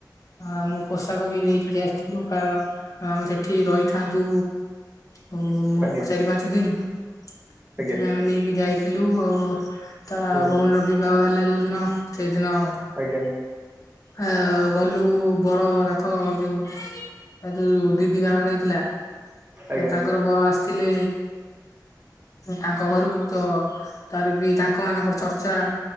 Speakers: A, on the left; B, on the right.
A: ଆଁ ମୁଁ ପୋଷାକ ବି ନେଇଥିଲି ଆସି ଥିଲୁ ଆ କାରଣ ସେଠି ରହିଥାନ୍ତୁ ଆଉ
B: ଆଜ୍ଞା
A: ଚାରି ପାଞ୍ଚ ଦିନ ସେଥିପାଇଁ
B: ଆଜ୍ଞା
A: ଆମେ ନେଇକି ଯାଇ ଥିଲୁ ଆଉ ତା
B: ହୁଁ
A: ଭଉଣୀର ବିବାହ ହେଲା ଯୋଉ ଦିନ ସେଇଦିନ
B: ଆଜ୍ଞା।
A: ଆଉ ଗଲୁ ବର ଯାକ ଯୋଉ ଏ ଯୋଉ ଦିଦି ବାହାଘର ହେଇଥିଲା।
B: ଆଜ୍ଞା
A: ତ ତାଙ୍କର ବର ଆସିଥିଲେ ତାଙ୍କ ଘରକୁ ତ ତାର ବି ତାଙ୍କ ମାନଙ୍କର ଚର୍ଚ୍ଚା